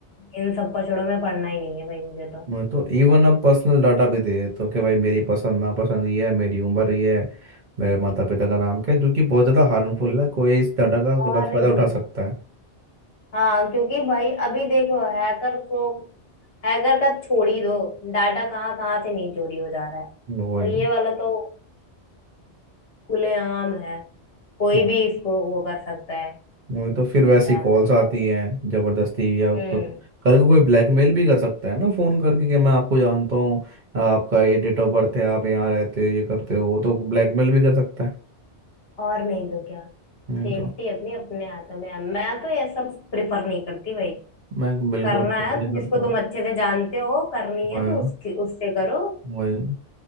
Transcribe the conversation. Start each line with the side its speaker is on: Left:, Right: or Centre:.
Left: इन सब पचड़ों में पड़ना ही नहीं है भाई मुझे तो
Right: मैं तो इवन अब पर्सनल डाटा भी दे देते हो कि भाई मेरी पसंद नापसंद ये है मेरी उम्र ये है मेरे माता पिता का नाम क्या है जो कि बहुत ज़्यादा हार्मफुल है कोई इस डाटा का
Left: और
Right: गलत
Left: नहीं
Right: फायदा उठा
Left: तो क्या
Right: सकता है
Left: हाँ क्योंकि भाई अभी देखो हैकर को हैकर का छोड़ ही दो डाटा कहाँ कहाँ से नहीं चोरी हो जा रहा है
Right: वही
Left: तो ये वाला तो खुलेआम है कोई
Right: हम्म,
Left: भी इसको वो कर सकता है
Right: वही तो फिर वैसी
Left: जान
Right: कॉल्स
Left: सकता
Right: आती
Left: है
Right: हैं जबरदस्ती या
Left: हम्म
Right: आपका कल को कोई ब्लैकमेल भी कर सकता है ना फ़ोन करके कि मैं आपको जानता हूँ आपका ये डेट ऑफ बर्थ है आप यहाँ रहते हो ये करते हो वो तो ब्लैकमेल भी कर सकता है
Left: और नहीं तो क्या
Right: नहीं
Left: सेफ्टी
Right: तो
Left: अपनी अपने हाथ में है मैं तो ये सब प्रिफर नहीं करती भाई
Right: मैं बिल्कुल
Left: करना
Right: पता
Left: है
Right: नहीं
Left: जिसको
Right: करता
Left: तुम अच्छे से जानते हो करनी है
Right: वही
Left: तो उसकी उससे करो
Right: वही